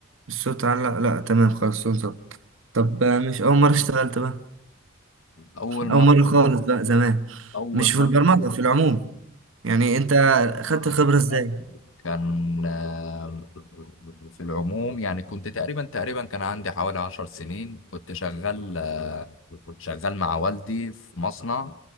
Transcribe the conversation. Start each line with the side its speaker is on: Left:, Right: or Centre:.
Right: الصوت على لا, لا تمام خلاص صوت ظبط طب آه، مش أول مرة اشتغلت بقى
Left: اول مرة
Right: أول مرة خالص بقى زمان
Left: اول
Right: مش في
Left: مرة
Right: البرمجة في العموم يعني أنت خدت
Left: مرة
Right: الخبرة
Left: اشتغلت
Right: إزاي؟
Left: كان آه، في العموم يعني كنت تقريبا تقريبا كان عندي حوالي عشر سنين كنت شغال آه، شغال مع والدي في مصنع